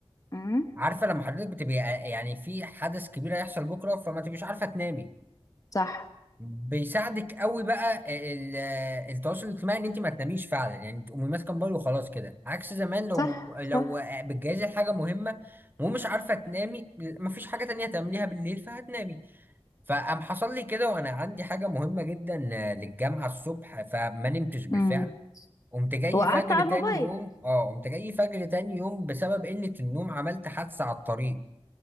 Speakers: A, on the left; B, on the right.
A: امم
B: عارفة لما حضرتك بتبقى آه، يعني في حدث كبير هيحصل بكرة فما تبقيش عارفة تنامي
A: صح
B: بيساعدك قوي بقى ال- التواصل الاجتماعي ان انت ما تناميش فعلا يعني تقومي ماسكه موبايل وخلاص كده عكس زمان لو
A: صح
B: لو
A: صح
B: بتجهزي حاجه مهمه ومش عارفه تنامي مفيش حاجه تانية تعمليها بالليل فهتنامي فقام حصل لي كده وانا عندي حاجه مهمه جدا للجامعه الصبح فما نمتش بالفعل
A: امم
B: قمت جاي
A: وقعدت
B: فجر
A: على
B: تاني
A: الموبايل
B: يوم اه قمت جاي فجر تاني يوم بسبب قله النوم عملت حادثه على الطريق